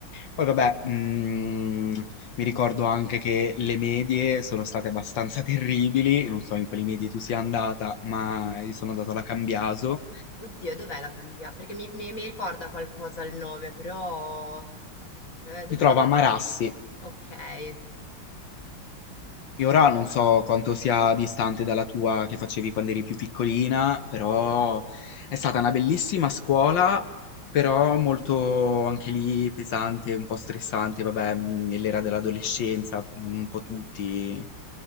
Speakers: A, on the left; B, on the left.
A: Poi vabbè, mm, mi ricordo anche che le medie sono state abbastanza terribili, non so in quali medie tu sia andata, ma io sono andato alla Cambiaso.
B: Oddio, dov'è la cambia? Perché mi, mi- mi ricorda qualcosa il nome, però... eh, dov'è?
A: Si trova a Marassi.
B: Ok. Eh,
A: Io ora
B: non-
A: non so quanto sia distante dalla tua che facevi quando eri più piccolina, però è stata una bellissima scuola, però molto anche lì pesante, un po' stressante, vabbè, mh, nell'era dell'adolescenza, mh, un po' tutti